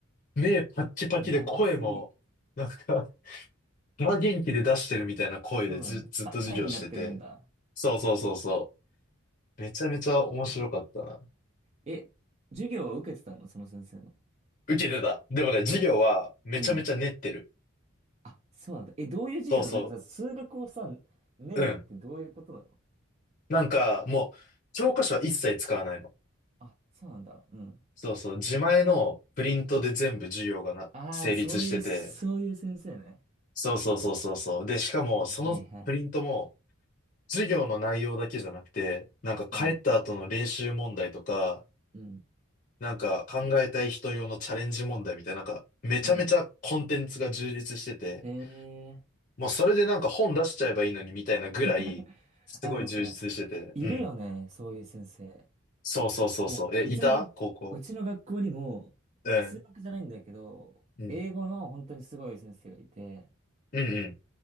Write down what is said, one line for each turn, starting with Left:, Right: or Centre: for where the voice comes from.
Left: う、目パッキパキで声も、
Right: やばすぎ。
Left: なんか、空元気で出してるみたいな声でず、
Right: そうなんだ。
Left: ずっと授業してて。
Right: は、はいになってるんだ。
Left: そうそうそうそう。めちゃめちゃ面白かったな。
Right: そっか。え、授業は受けてたのその先生の。
Left: 受けてた。でもね、授業はめちゃめちゃ練ってる。
Right: あ、うん。あ、そうなんだ。え、どういう授業なのなんかさ、
Left: そうそ
Right: 数学をさ、練るってどういうことなの
Left: う。うん。なんか、もう、教科書は一切使わないの。
Right: あ、そうなんだ。うん。
Left: そうそう。自前のプリントで全部授業がな、
Right: ああ、
Left: 成立してて。
Right: そういう、そういう先生ね。
Left: そうそうそうそうそう。で、しかも、
Right: はいはいはい。
Left: そのプリントも、授業の内容だけじゃなくて、なんか帰った後の練習問題とか、
Right: うん、うん、
Left: なんか考えたい人用のチャレンジ問題みたいな、なんか、めちゃめちゃコンテンツが充実してて、
Right: うん。へえ。
Left: もうそれでなんか本出しちゃえばいいのにみたいなぐらい、
Right: <laughs>
Left: すごい充実してて。
Right: あ、でもさ、いるよね、
Left: うん。
Right: そういう先生。
Left: そうそうそうそう。
Right: なんか、
Left: え、
Right: うちの学、
Left: いた高校。
Right: うちの学校にも、
Left: うん。
Right: 数学じゃないんだけど、
Left: うん。
Right: 英語の本当にすごい先生がいて、
Left: うんうん。